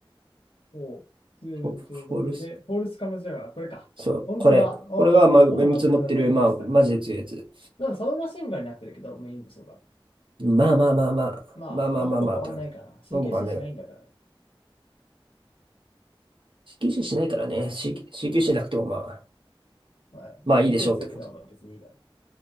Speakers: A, on the left; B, on the right.
A: おう、スウェーデンの偵察の兵で、
B: フォ、フォルス。
A: ホールスカムジャガー、これか。
B: そう、
A: 本当だ。
B: これ。
A: あ、
B: これは、
A: 待って、
B: まあ、
A: もうほぼ全く同じだね、
B: メムツ持ってる、まあ、
A: グスタフだから。
B: マジで強いやつ。
A: でも、サブマシンガンになってるけど、メイン武装が。
B: まあまあまあまあ。
A: まあ、
B: まあまあまあまあ、
A: まあ、ほぼ変わんないから、
B: って感じ。
A: CQC
B: まあ、僕はね、
A: しないんだからね。
B: CQC しないからね。C、CQC なくても、まあ、
A: まあ、
B: まあいいでしょうって感じ。
A: 研究率良くても別にいいだろ